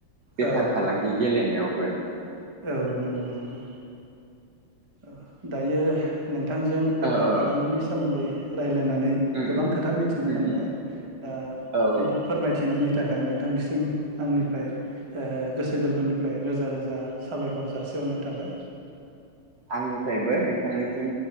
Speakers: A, on the right (about 60°); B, on the right (about 20°).
A: बेफार
B: औ
A: फालांगि
B: औ
A: गेलेनायावबो <unintelligible>
B: औ नंगौ नंगौ औ दायो नोंथांजों बेफार
A: औ औ
B: फालांगिनि सोमोन्दै र <unintelligible> रायलायनानै
A: उम
B: गोबां
A: उम
B: खोथा मिथिनो
A: उम
B: मोनबाय
A: उम
B: दा
A: औ
B: बिदि
A: औ
B: फोरमायथिनायनि बेनि थाखाय नोंथांनिसिम आंनिफ्राय गोसो गोरबोनिफ्राय रोजा रोजा साबायखर जासिहरनाय थाबाय
A: आंनिफ्रायबो नोंथांनिसिम